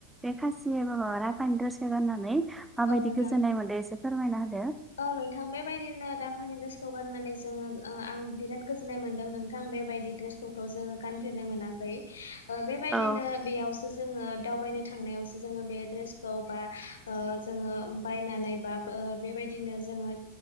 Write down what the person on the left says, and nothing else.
नोंथां
औ नोंथां बेबायदिनो राभानि ड्रेसखौ गाननानै जोंङो ओ आं बिराद गोजोननाय मोन्दों नोंथां बेबायदि ड्रेसखौथ' जोंङो गानफेरनो मोनाखै। ओ बेबायदिनो
बेयावसो जोंङो दावबायनो थांनायावसो जोंङो बे ड्रेसखौ बा ओ जोंङो उम्म बायनानै बाब ओ बेबायदिनो जोंङो